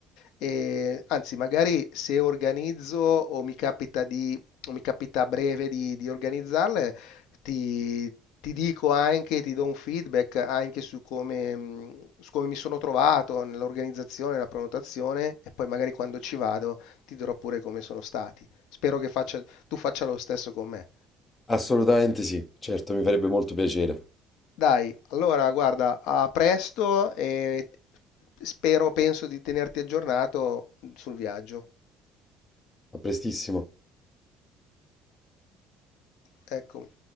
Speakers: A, on the left; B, on the left.
A: E, anzi, magari se organizzo o mi capita di, o mi capita a breve di, di organizzarle, ti, ti dico anche, ti do un feedback anche su come, mh, su come mi sono trovato nell'organizzazione, nella prenotazione e poi magari quando ci vado ti dirò pure come sono stati. Spero che faccia- tu faccia lo stesso con me.
B: assolutamente sì certo mi farebbe molto piacere
A: Dai, allora guarda, a presto e spero, penso di tenerti aggiornato sul viaggio.
B: a prestissimo
A: Eccomi.